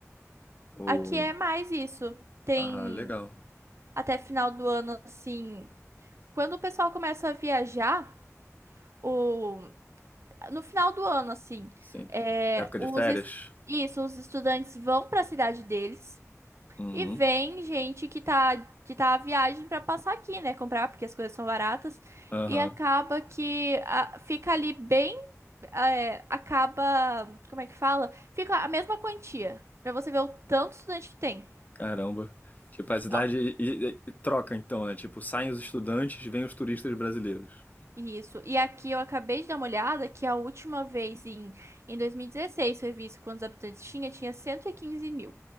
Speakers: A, on the left; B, on the right.
A: Ou...
B: Aqui é mais isso. Tem
A: Ah, legal.
B: até final do ano, assim. Quando o pessoal começa a viajar, o... no final do ano, assim,
A: Sim.
B: é,
A: Época de
B: os...
A: férias?
B: es- Isso, os estudantes vão para a cidade deles
A: Uhum.
B: e vem gente que tá, que tá à viagem para passar aqui, né? Comprar, porque as coisas são baratas.
A: Aham.
B: E acaba que ah, fica ali bem é, acaba, como é que fala? Fica a mesma quantia, Pra você ver o tanto estudante que tem.
A: Caramba. Tipo, a cidade
B: Ó,
A: e- e- e troca então, né? Tipo, saem os estudantes, vêm os turistas brasileiros.
B: Isso. E aqui eu acabei de dar uma olhada que a última vez em, em 2016 foi visto quantos habitantes tinha, tinha 115 mil.